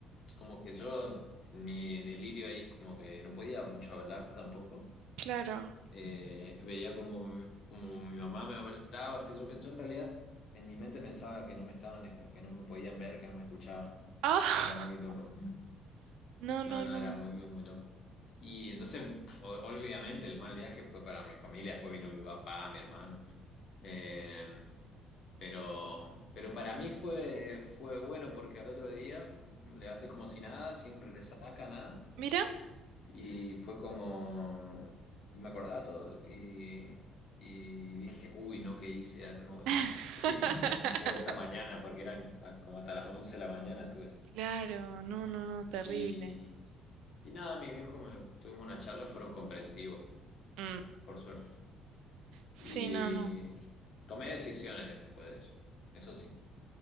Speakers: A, on the left; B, on the right.
A: como que yo, en mi delirio ahí como que no podía mucho hablar tampoco.
B: Claro.
A: Eh, veía como, como mi mamá me hablaba, así yo, pe- yo en realidad en mi mente pensaba que no me estaban, que no me podían ver, que no me escuchaban.
B: Ah,
A: Era muy loco.
B: <laughs> no,
A: No,
B: no, no.
A: no, era muy, muy loco. Y entonces, o- obviamente, el mal viaje fue para mi familia, después vino mi papá, mi hermano. Eh, pero, pero para mí fue, fue bueno porque al otro día me levanté como si nada, sin resaca, nada.
B: Mira.
A: Y fue como, y me acordaba todo. Y, y dije, uy, no, ¿qué hice anoche?
B: <laughs>
A: <laughs> ¿Qué- o esta mañana? Porque eran como hasta las 11 de la mañana, tú
B: Claro, no, no, no, terrible.
A: y, y nada, mis viejos me- tuvimos una charla, fueron comprensivos,
B: Mm.
A: por suerte.
B: Sí,
A: Y
B: no, no.
A: tomé decisiones después de eso. Eso sí,